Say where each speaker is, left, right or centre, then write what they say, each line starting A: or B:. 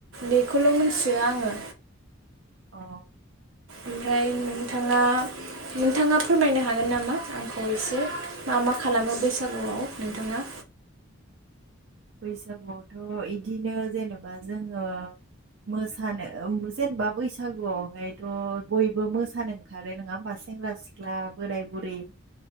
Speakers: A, on the right; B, on the right.
A: बेखौल' मोन्थियो आङो।
B: अ
A: ओमफ्राय नोंथाङा नोंथाङा फोरमायनो हागोन नामा आंखौ एसे मा मा खालामो
B: औ
A: बैसागुआव नोंथाङा?
B: बैसागुआवथ' इदिनो जेनेबा जोङो मोसानो जेनेबा बैसागुआवहायथ' बयबो मोसानो ओंखारो नङा होमबा सेंग्रा-सिख्ला, बोराय बुरि